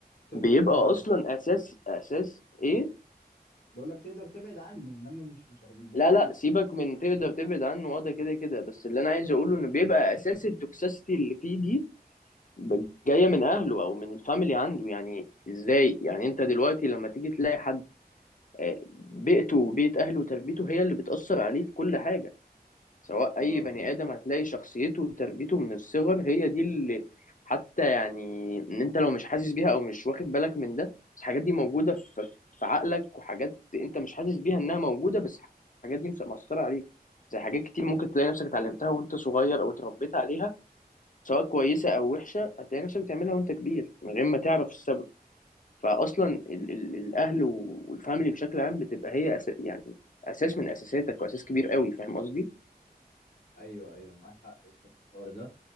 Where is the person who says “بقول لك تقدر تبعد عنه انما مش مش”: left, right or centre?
Left